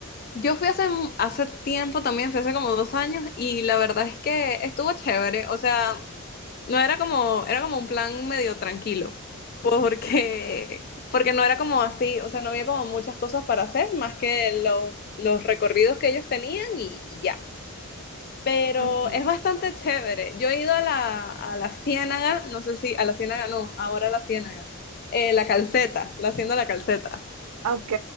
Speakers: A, on the left (about 45°); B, on the right (about 80°).
A: Yo fui hace, mu- hace tiempo también, fui hace como dos años, y la verdad es que estuvo chévere. O sea, no era como, era como un plan medio tranquilo, porque,
B: Okay.
A: porque no era como así, o sea, no había como muchas cosas para hacer, más que los, los recorridos que ellos tenían y, y ya. Pero
B: Ujú.
A: es bastante chévere. Yo he ido a la, a la Ciénaga, no sé si, a la Ciénaga no, ahora a la Ciénaga, Eh, la Calceta, la Hacienda de la Calceta.
B: Ok,